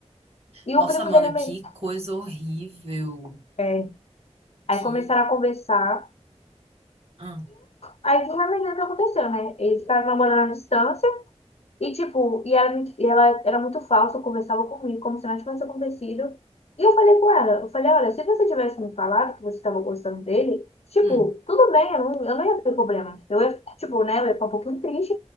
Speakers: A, on the left (about 65°); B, on the right (about 55°).
A: E
B: Nossa,
A: o primo
B: mano,
A: dele
B: que
A: meio.
B: coisa horrível.
A: É. Aí
B: Que.
A: começaram a conversar.
B: Hum.
A: Aí finalmente o que aconteceu, né? Eles estavam namorando à distância. E, tipo, e ela, me- e ela era muito falsa, conversava comigo como se nada tivesse acontecido. E eu falei com ela, eu falei, olha, se você tivesse me falado que você estava gostando dele, tipo,
B: Hum.
A: tudo bem, eu não, eu não ia ter problema. Eu ia, tipo, né, eu ia ficar um pouquinho triste,